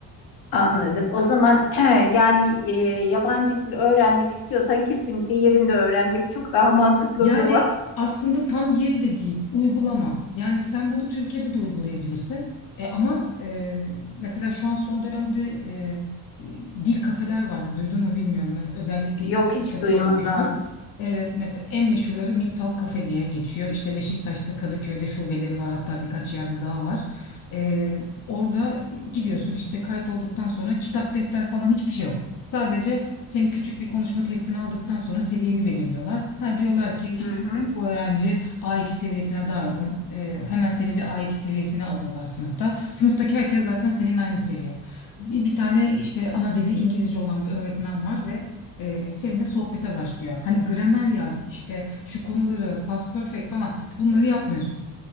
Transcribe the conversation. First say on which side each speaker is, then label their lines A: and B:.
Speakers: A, on the left (about 80°); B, on the left (about 65°).
A: Anladım. O zaman <clears throat> yani e, yabancı dil öğrenmek istiyorsan kesinlikle yerinde öğrenmek çok daha mantıklı
B: Yani
A: o zaman.
B: aslında tam yeri de değil, uygulama. Yani sen bunu Türkiye'de de uygulayabilirsin. E, ama e, mesela şu an son dönemde e, e, dil kafeler var. Duydun mu bilmiyorum. Mesela özellikle
A: Yok
B: İstanbul'da
A: hiç duymadım.
B: çok meşhur. Evet, mesela en meşhurları Mittal Kafe diye geçiyor. İşte Beşiktaş'ta, Kadıköy'de şubeleri var. Hatta birkaç yerde daha var. E, orada e, gidiyorsun işte kayıt olduktan sonra kitap, defter falan hiçbir şey yok. Sadece seni küçük bir konuşma testini aldıktan sonra seviyeni belirliyorlar. Ha diyorlar ki işte
A: Hı hı.
B: bu öğrenci A2 seviyesine daha uygun. Ee, hemen seni bir A2 seviyesine alıyorlar sınıfta. Sınıftaki herkes zaten senin aynı seviye. Bir, bir tane işte ana dili İngilizce olan bir öğretmen var ve e, seninle sohbete başlıyor. Hani gramer yaz, işte şu konuları, past perfect falan bunları yapmıyorsun.